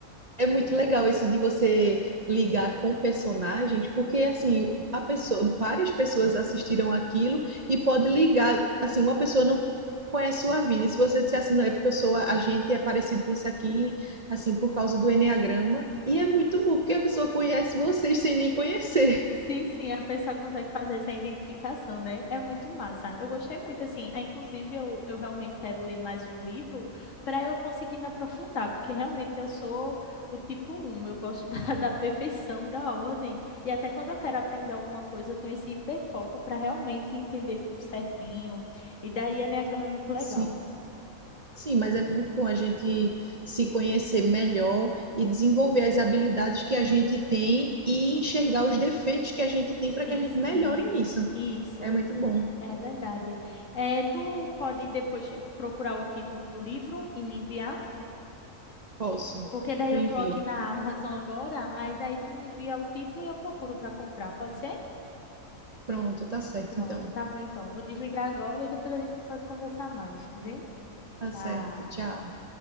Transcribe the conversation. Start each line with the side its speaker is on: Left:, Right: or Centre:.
Right: é muito legal isso de você ligar com personagens, porque assim, a pessoa, várias pessoas assistiram aquilo e pode ligar, assim, uma pessoa não conhece sua vida. E se você disser assim, não é porque eu sou a a gente é parecido com isso aqui, assim, por causa do enneagrama, e é muito bom, porque a pessoa conhece vocês sem nem conhecer.
Left: Sim, sim, a pessoa consegue fazer essa identificação, né? É muito massa. Eu gostei muito, assim. ah, Inclusive, eu, eu realmente quero ler mais o livro para eu conseguir me aprofundar, porque realmente eu sou o tipo um. eu gosto da, <laughs> da perfeição, da ordem. E até quando eu quero aprender alguma coisa, eu tenho esse hiperfoco para realmente entender tudo certinho. E daí, Eneagrama é muito legal.
Right: Sim, sim, mas é muito bom a gente se conhecer melhor e desenvolver as habilidades que a gente tem e enxergar os defeitos que a gente tem
Left: Sim,
Right: para que a gente
Left: sim.
Right: melhore nisso.
Left: Isso.
Right: É muito bom.
Left: É verdade. Eh, tu pode depois procurar o título do livro e me enviar?
Right: Posso.
Left: Porque daí
Right: Eu
Left: eu
Right: envio.
Left: tô aqui na Amazon agora, aí daí tu me envia o título e eu procuro para comprar, pode ser?
Right: Pronto, tá certo
Left: Pronto,
Right: então.
Left: tá bom então. Vou desligar agora e depois a gente pode conversar mais, vem?
Right: Tá
Left: Tchau.
Right: certo. Tchau.